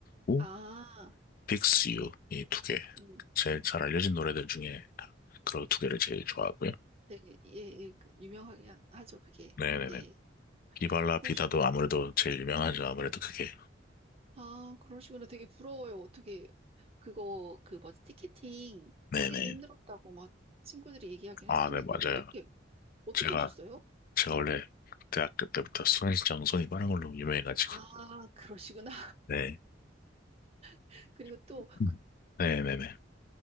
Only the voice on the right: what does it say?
아,
음,
네, 예, 예, 그 유명하게 하- 하죠 그게.
네,
그러시구나.
아, 그러시구나. 되게 부러워요. 어떻게 그거 그 뭐지 티켓팅
하기도 힘들었다고 막 친구들이 얘기하긴
했었는데
어떻게 어떻게
하셨어요?
아, 그러시구나.
<laughs> 그리고 또
그-